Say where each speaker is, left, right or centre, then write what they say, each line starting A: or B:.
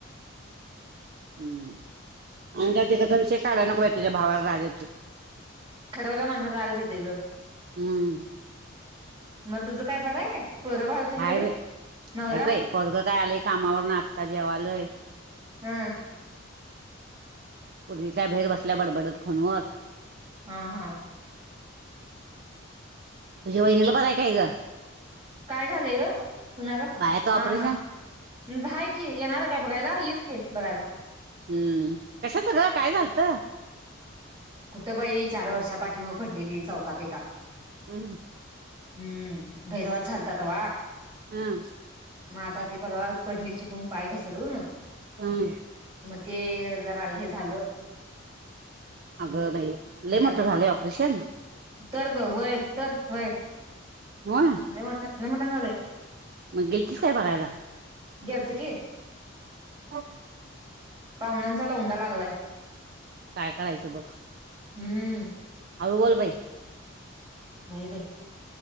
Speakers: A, on the right; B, on the right.
A: हम्म आणि त्या तीझा विषय काढाय नको बाई तुझ्या भावाला राग येतोय.
B: खरवला माणसाला रागच येतोय ग.
A: हम्म
B: मग तुझं काय बरं आहे काय? पोरं बाळ तुझी बरी
A: हाय
B: आहेत
A: बाई
B: नवरा
A: हाईत बाई पोरग काय आलंय कामावरन आता जेवालय.
B: हम्म.
A: पुरगी काय भाहीर बसल्या बडबडत फोनवर.
B: हा हा.
A: तुझ्या वहिणीला बरं हाय काय ग?
B: काय झालंय ग? कुणाला?
A: बाळाचं ऑपरेशन
B: हा हा हाय कि येणार काय बघायला येकी बघायला.
A: हम्म. कशाच ग काय झालत?
B: कुठं बाई चार वर्षा पाठीमाग पडलेली चौकात एका.
A: हम्
B: हम्म. भैरवाद झालता तवा.
A: हा.
B: मग आता ती परवा पडली चुकून पाय घसरून
A: हम्
B: मग ते जरा हे झालं.
A: अगं बाई.
B: मग
A: लई
B: त्यात
A: मोठ झालय ऑपरेशन?
B: तर ग व्हय तर व्हय.
A: व्हय.
B: लय मोठं लय मोठं झालय?
A: मग गिलतीसं काय बघायला?
B: गेलतो की.
A: <unintelligible>
B: पाहुण्यांचा लोडा लागलाय.
A: काय करायचं बघ.
B: हम्म
A: हाळू बोल बाई.
B: व्हय बाई.